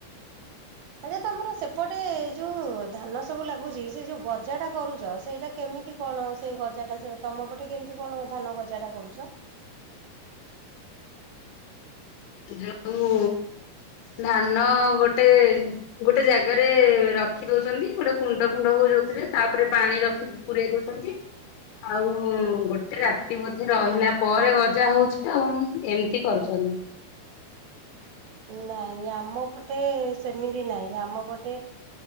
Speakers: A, on the right; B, on the left.
A: ଆଜ୍ଞା ତମର ସେପଟେ ଯୋଉ ଧାନ ସବୁ ଲାଗୁଚି ସେଇ ଯୋଉ ଗଜାଟା କରୁଚ ସେଇଟା କେମିତି କଣ ସେଇ ଗଜାଟା ସେ ତମ ପଟେ କେମତି କଣ ଧାନ ଗଜାଟା କରୁଚ?
B: ଯୋଉ ଧାନ ଗୋଟେ ଗୋଟେ ଜାଗାରେ ରଖି ଦୋଉଚନ୍ତି ଗୋଟେ କୁଣ୍ଡ ଫୁଣ୍ଡ ହୋଉ ଯୋଉଥିରେ ତାପରେ ପାଣି ରଖି ପୁରେଇ ଦୋଉଛନ୍ତି ଆଉ ଗୋଟେ ରାତି ବୋଧେ ରହିଲା ପରେ ଗଜା ହୋଉଚି ଆଉ ଏମତି କରୁଚନ୍
A: ନାଇଁ ଆମ ପଟେ ସେମିତି ନାଇଁ ଆମ ପଟେ